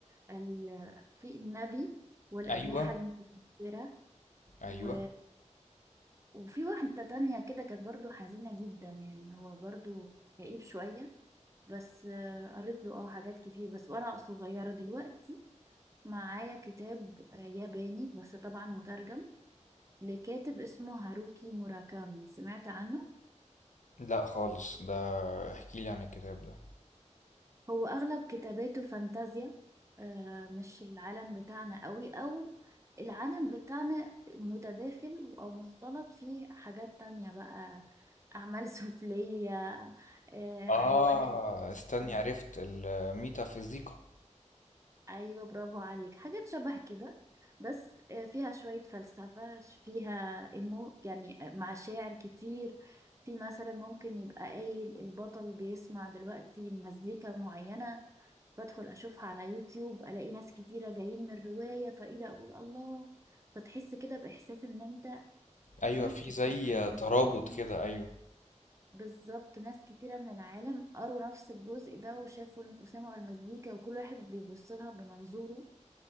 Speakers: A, on the right; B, on the left.
A: ال... في النبي والأجنحة
B: أيوة
A: المتكسرة
B: أيوة
A: و... وفي واحدة تانية كده كانت برضو حزينة جدا يعني هو برضو كئيب شوية بس آه، قريت له اه حاجات كتير بس ورقة صغيرة دلوقتي معايا كتاب آه، ياباني بس طبعا مترجم لكاتب اسمه هاروكي موراكامي سمعت عنه
B: لا خالص ده احكيلي عن الكتاب ده
A: هو أغلب كتاباته فانتازيا آه، مش العالم بتاعنا قوي أو العالم بتاعنا متداخل أو مختلط فيه حاجات تانية بقى أعمال <laughs> سفلية آه،
B: آه
A: حيوانات
B: استني عرفت الميتافيزيقا
A: ايوه برافو عليك حاجات شبه كده بس آه، فيها شوية فلسفة ش- فيها إيمو يعني آه، مع شاعر كتير في مثلا ممكن يبقى قايل البطل بيسمع دلوقتي مزيكا معينة فادخل اشوفها على يوتيوب الاقي ناس كتيرة جايين من الرواية فايه ده اقول الله فتحس كده باحساس ان انت
B: أيوة
A: في ناس
B: في
A: كتير
B: زي
A: من
B: ترابط
A: العالم
B: كده أيوة
A: بالظبط ناس كتيرة من العالم قروا نفس الجزء ده وشافوا وسمعوا المزيكا وكل واحد بيبص لها بمنظوره